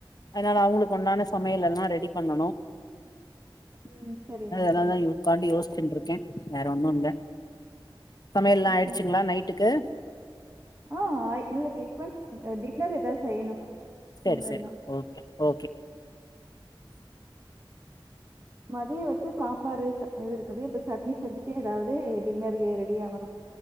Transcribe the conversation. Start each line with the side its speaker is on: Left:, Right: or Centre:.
Left: அதுனால
Right: ம்.
Left: அவுங்களுக்கு உண்டான சமயல் எல்லா ரெடி பண்ணனு
Right: ம் சரிங் மேம்
Left: அ அதா யுக்காண்டு யோஸ்சின்ட்டு இருக்கே வேற ஒன்னு இல்ல சமையல்லா
Right: ஓகே.
Left: ஆய்டுச்சுங்ளா நைட்டுக்கு
Right: ஆ ஆய் இல்ல டிஃபன் டின்னர் ஏதாது செய்யணுமா
Left: சரி
Right: இனிமேல்
Left: சரி
Right: தான்.
Left: ஓகே ஓகே
Right: மதியோ வச்ச சாம்பாரு ச இது இருக்குது இப்ப சட்னி செஞ்சுட்டு ஏதாவது டின்னருக்கு ரெடி ஆகணு